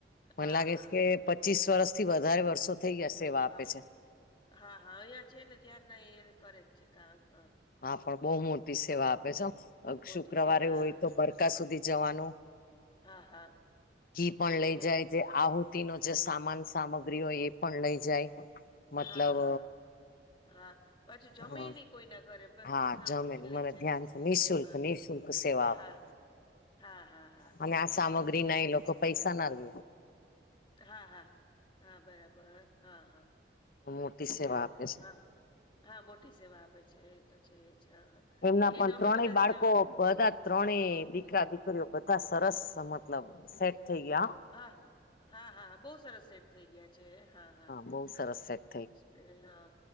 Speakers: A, on the left; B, on the left.
A: મને
B: હા
A: લાગે
B: હા
A: છે
B: હા
A: કે પચીસ વર્ષ થી વધારે વર્ષો થઈ જશે સેવા આપે
B: હા
A: છે
B: હા હા અઈયા છે ને ત્યાર ના કરે જ છે કામ હા
A: હા પણ બહુ મોટી સેવા આપે છે હો
B: બહુ
A: અક
B: મોટી
A: શુક્રવારે
B: સેવા
A: હોય તો બરકા સુધી જવાનું
B: હા હા
A: ઘી પણ
B: એજ
A: લઇ જાય.
B: એજ
A: જે આહુતિ નો જે સામાન સામગ્રી હોય એ પણ લઇ જાય. મતલબ
B: હા હા હા પાછું જમેય
A: અ
B: નહી કોઈના ઘરે બસ
A: હા
B: પોતાનું
A: જમેલું
B: ટિફિન લઈ
A: મને
B: જાય
A: ધ્યાન છે નિઃશુલ્ક
B: હા
A: નિઃશુલ્ક સેવા આપે
B: હા હા હા હા હા
A: અને આ સામગ્રી ના એ લોકો પૈસા ના લે
B: હા હા હા બરાબર હા હા
A: મોટી
B: એટલે
A: સેવા આપે છે.
B: હા હા મોટી સેવા આપે છે એ તો છે એ જ હા
A: એમના
B: હ એને
A: પણ ત્રણેય
B: અમે બધા
A: બાળકો
B: સેવા
A: બધા ત્રણે દીકરા દીકરીઓ બધા સરસ મતલબ સેટ થઈ ગયા
B: હા હા હા હા બહુ સરસ સેટ થઈ ગયા છે હા હા
A: બહુ સરસ છે.
B: એજ ને હા